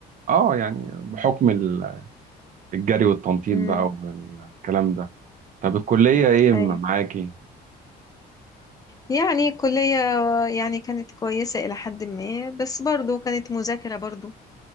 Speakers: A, on the right; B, on the left.
A: اه يعني بحكم ال- الجري والتنطيط
B: امم
A: بقى والكلام ده طب الكلية ايه م-
B: ايوه
A: معاكي
B: يعني الكلية يعني كانت كويسة إلى حد ما بس برضو كانت مذاكرة برضو